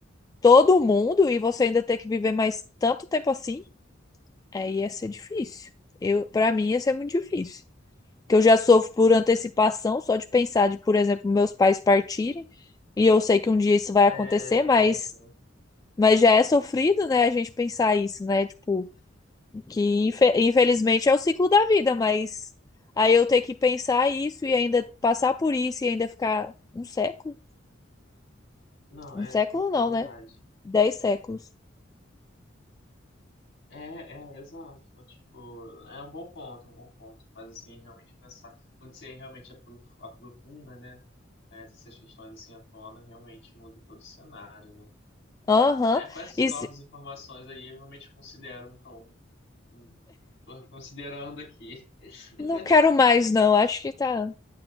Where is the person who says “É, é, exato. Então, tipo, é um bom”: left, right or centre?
Left